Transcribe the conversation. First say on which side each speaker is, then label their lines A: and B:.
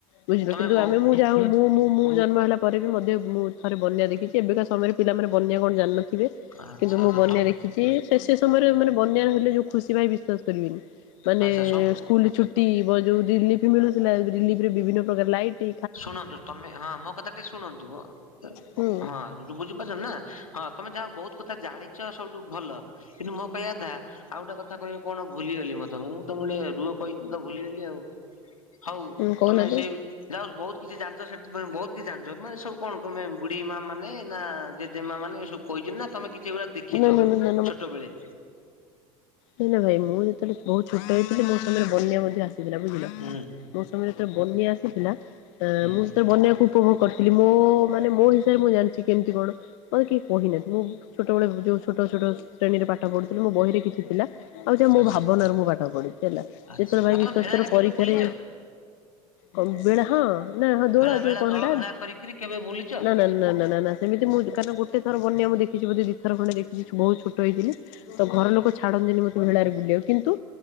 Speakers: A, on the left; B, on the left.
A: ବୁଝିଲ,
B: ତମେ
A: କିନ୍ତୁ
B: ବୋଉ
A: ଆମେ ମୁଁ ଯା ହଉ ମୁଁ, ମୁଁ, ମୁଁ ଜନ୍ମ ହେଲା ପରେ ବି ମଧ୍ୟ ମୁଁ ଥରେ ବନ୍ୟା ଦେଖିଛି। ଏବେକା ସମୟରେ ପିଲାମାନେ ବନ୍ୟା କଣ ଜାଣିନଥି ଥିବେ,
B: ଆଚ୍ଛା
A: କିନ୍ତୁ ମୁଁ
B: ଆଚ୍ଛା
A: ବନ୍ୟା
B: ତମେ
A: ଦେଖି ଛି, ସେ ସେ ସମୟରେ ମାନେ ବନ୍ୟା ର- ହେଲେ ଯୋଉ ଖୁସି ଭାଇ ବିଶ୍ୱାସ କରିବେନି। ମାନେ
B: ଆଚ୍ଛା ସବୁ
A: କୁଲ୍ ଛୁଟି ବ-ଯୋଉ ରିଲିଫ ମିଳୁଥିଲା, ରିଲିଫ ରେ ବିଭିନ୍ନ ପ୍ରକାର ଲାଇଟି
B: ଶୁଣନ୍ତୁ, ତୋମେ ହଁ ମୋ କଥା ଟେ ଶୁଣନ୍ତୁ, ଅ, ଅ,
A: ହୁଁ
B: ହଁ ଯୋଉ ବୁଝିପାରୁଛନ୍ତି ନା, ହଁ ତୋମେ ଯା ହଉ ବହୁତ କଥା ଜାଣି ଝିଅ ସବୁଠୁ ଭଲ କିନ୍ତୁ ମୋ କହିବା କଥା ଆଉ ଗୋଟେ କଥା କହିବ କଣ ଭୁଲିଗଲି ମତେ ମୁଁ ତ ରୁଅ କହିକି ତ ଭୁଲିଗଲି ଆଉ ହଉ
A: ହୁଁ କହୁନାହାନ୍ତି
B: ତମେ ସେଇ ଯାହଉ ବହୁତ କିଛି ଜାଣିଛ ସେଠି ତମେ ବହୁତ କିଛି ଜାଣିଛ ମାନେ ସବୁ କଣ ତମେ ବୁଢୀ ମା ମାନେ ନା ଜେଜେ ମା ମାନେ। ସବୁ କହିଛନ୍ତି ନା ତମେ କିଛି ଏଗୁଡା ଦେଖିଛ
A: ନା ନା ନା
B: ଛୋଟବେଳେ।
A: ଶୁଣ ଭାଇ ମୁଁ ଯେତେବେଳେ ବହୁତ ଛୋଟ ହେଇଥିଲି ମୋ ସମୟରେ ବନ୍ୟା ମଧ୍ୟ ଆସିଥିଲା ବୁଝିଲ।
B: ହୁଁ।
A: ମୋ ସମୟରେ ଯେତେବେଳେ ବନ୍ୟା ଆସିଥିଲା ତା
B: ହୁଁ
A: ମୁଁ ବନ୍ୟା କୁ ଉପଭୋଗ କରିଥିଲି ମୋ ମାନେ ମୋ ହିସାବରେ ମୁଁ ଜାଣିଛି କେମିତି କଣ ମତେ କହିନାନ୍ତି ମୁଁ ଛୋଟବେଳେ ଯଉ ଛୋଟ ଛୋଟ ଶ୍ରେଣୀରେ ପାଠ ପଢ଼ୁଥିଲି ମୋ ବହିରେ କିଛି ଥିଲା। ଆଉ ଯା ମୋ
B: ଆଚ୍ଛା।
A: ଭାବନାରେ ମୁଁ ପାଠ ପଢୁଛି ହେଲା ଯେତେବେଳେ
B: ଆଚ୍ଛା
A: ଭାଇ
B: ଆଉ ତମେ
A: ବିଶ୍ୱାସ
B: ଭେଳାରେ
A: କର
B: କେବେ
A: ପରୀକ୍ଷାରେ
B: ବୁଲିଛ
A: କମବେଡ଼ ହଁ। ନାଁ ହଁ ଦୋଳ
B: ଭେଳା ଭେଳା
A: ଯଉ କଣ
B: ଦଳ
A: ହେଟା
B: ଭେଳା କରିକିରି କେବେ ବୁଲିଛ?
A: ନା ନା ନା ନା। ଏମିତି ମୁଁ କାରଣ ଗୋଟେ ଥର ବନ୍ୟା ମୁଁ ଦେଖିଛି ଦିଥର ଖଣ୍ଡେ ଦେଖିଛି ବହୁତ ଛୋଟ ହେଇଥିଲି। ତ ଘର ଲୋକ ଛାଡନ୍ତିନି ମତେ ଭେଳାରେ ବୁଲିବାକୁ କିନ୍ତୁ